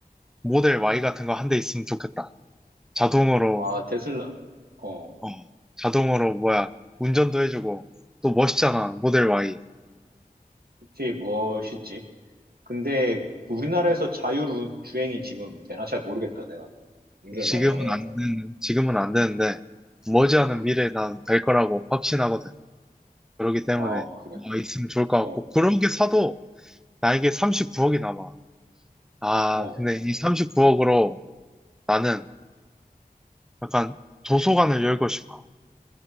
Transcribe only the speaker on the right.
아, 테슬라. 어,
그게 멋있지. 근데 그 우리나라에서 자율주행이 지금 되나? 잘 모르겠다, 내가. 운전을
많이 안 해가지고.
음.
아, 그래.
어,
어.